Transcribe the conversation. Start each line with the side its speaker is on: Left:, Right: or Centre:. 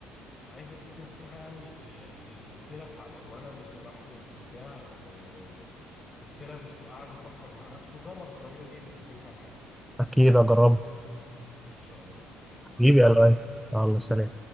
Left: عايز اديك نصيحة يعني اللي اللي قلت لك على الولد اللي راح للبتاع ال- الثيرابيست وقعد يفكر مع نفسه جرب الطريقة دي يمكن تنفع معاك
Centre: اكيد اجربه
Left: ان شاء الله مع
Centre: حبيبي
Left: السلامة
Centre: يا لؤي الله سلام